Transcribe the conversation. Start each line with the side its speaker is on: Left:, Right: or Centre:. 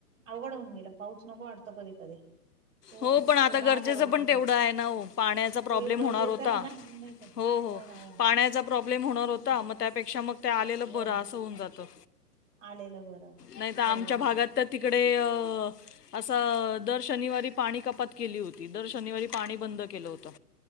Right: अवघड होऊन गेलं पाऊस नको वाटतं कधी कधी. तो
Left: हो पण आता
Right: उन्हाळा
Left: गरजेचं
Right: परवडतो
Left: पण तेवढं आहे ना हो पाण्याचा प्रॉब्लेम
Right: तो एक गरजेचा
Left: होणार होता
Right: आहे ना
Left: ‌‌.
Right: नाही का
Left: हो हो,
Right: ना ना
Left: पाण्याचा प्रॉब्लेम होणार
Right: हम्म
Left: होता मग त्यापेक्षा मग ते आलेलं
Right: हो
Left: बरं
Right: ना
Left: असं होऊन जातं.
Right: आलेलं बरं
Left: नाही तर आमच्या
Right: बरोबर आहे
Left: भागात
Right: ना
Left: तर तिकडे अं, असं दर शनिवारी पाणी कपात केली होती दर शनिवारी पाणी
Right: हम्म.
Left: बंद केलं होतं,